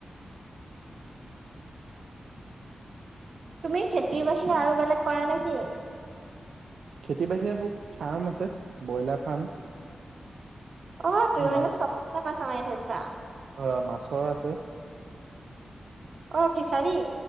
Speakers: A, on the right; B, on the right.
A: তুমি খেতিৰ বাহিৰে আৰু বেলেগ কৰা নেকি?
B: খেতি বাহিৰে মোৰ ফাৰ্ম আছে ব্ৰইলাৰ ফাৰ্ম।
A: অ' তুমি
B: মা
A: মানে চবফালে মাথা মাৰি থৈছা।
B: অ' <unintelligible> মাছৰ আছে।
A: অ' ফিচাৰী।